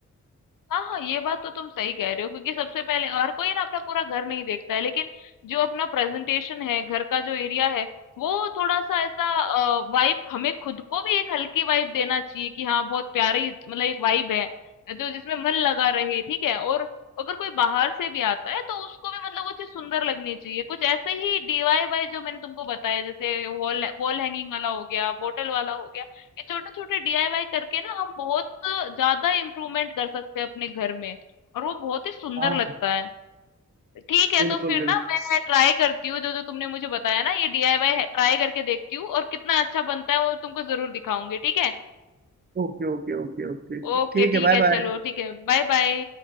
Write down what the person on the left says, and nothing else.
हाँ, हाँ, ये बात तो तुम सही कह रहे हो क्योंकि सबसे पहले हर कोई ना अपना पूरा घर नहीं देखता है, लेकिन जो अपना प्रेजेंटेशन है, घर का जो एरिया है, वो थोड़ा-सा ऐसा अ, वाइब हमें खुद को भी एक हल्की वाइब देना चाहिए कि हाँ, बहुत प्यारी मतलब एक वाइब है, जो जिसमें मन लगा रहे, ठीक है? और अगर कोई बाहर से भी आता है तो उसको भी मतलब वो चीज़ सुंदर लगनी चाहिए। कुछ ऐसे ही डीआईवाई जो मैंने तुमको बताया जैसे वॉल वॉल हैंगिंग वाला हो गया, बॉटल वाला हो गया। ये छोटे-छोटे डीआईवाई करके ना हम बहुत ज्यादा इम्प्रूवमेंट कर सकते हैं अपने घर में और वो बहुत ही सुंदर
लगता है ठीक है
तो फिर ना
मैं ट्राई करती हूँ जो जो तुमने मुझे बताया ना ये डीआईवाई ट्राई करके देखती हूँ और कितना अच्छा बनता है वो तुमको जरूर दिखाऊंगी ठीक है
ओके
ठीक
है
चलो ठीक है बाय बाय